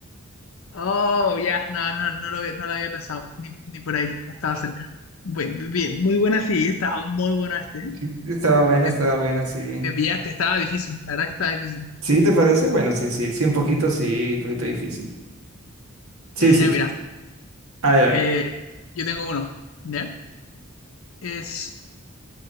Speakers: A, on the left (about 70°); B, on the right (about 85°).
A: Oh, ya, No, no, no lo, había- no lo había pensado, ni, ni por ahí, no estaba cerca. Bu- bien, muy buena, sí, estaba muy buena este. ¿eh?
B: Sí, Estaba buena,
A: Me,
B: estaba buena, sí.
A: me pillaste, estaba difícil, la verdad que estaba difícil.
B: ¿Sí te parece? Bueno, sí, sí, sí, un poquito, sí, un poquito difícil. Sí,
A: Eh,
B: sí,
A: ya,
B: sí.
A: mira,
B: A ver, a
A: eh,
B: ver.
A: yo tengo uno, ¿ya? Es,